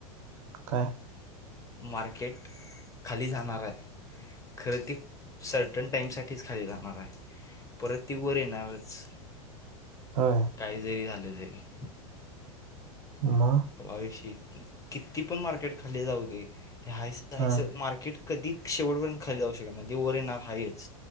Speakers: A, on the right; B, on the left.
A: काय
B: मार्केट खाली जाणार आहे खरं ती सर्टन टाइम साठीच खाली जाणार आहे परत ती वर येणारच
A: ह
B: काही जरी झालं तरी
A: म
B: विषी किती पण मार्केट खाल्ली जाऊ दे ते हायस हासं
A: हं.
B: मार्केट कधी शेवटपर्यंत खाली जाऊ शकत नाही तेी वर येणार हाच